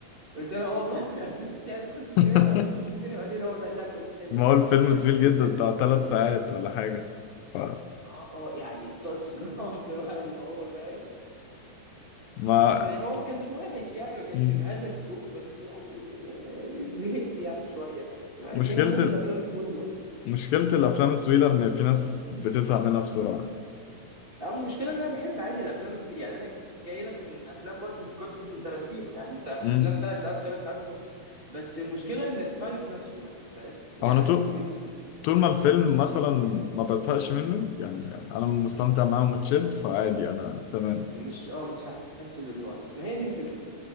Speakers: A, on the right; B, on the left.
A: قلت لها اه والله <laughs> انت عايز تخش سينما
B: <laughs>
A: عايز تخش سينما بعدين هو دخلنا السينما
B: ما هو الفيلم
A: <laughs>
B: طويل جدا بتاع ثلاث ساعات ولا حاجة ف...
A: اه اه يعني اتصدمت بقى <laughs> اللي هو فاهم
B: ما
A: بس هو ما كانش وحش يعني ما كانش
B: مم.
A: بهذا السوء بس يعني زهقت يعني شويه بس مع
B: مشكلة
A: ان انا بحب
B: ال...
A: الافلام الطويله
B: مشكلة الأفلام الطويلة إن في ناس بتزهق منها بسرعة
A: يعني المشكله ان انا بحب عادي الافلام الطويله يعني انا جاي لك من افلام مارتن سكورسيزي وتارانتينو يعني سا-
B: مم.
A: افلام ثلاث ساعات وثلاث ساعات ونص بس المشكله ان التايب نفسه بس فاهم يعني
B: أو أنا تو
A: مش
B: طول ما الفيلم مثلا ما بزهقش منه يعني, يعني انا مستمتع معاه ومتشد فعادي انا تمام
A: مش- اه مش هحس بالوقت ما هي دي الفكره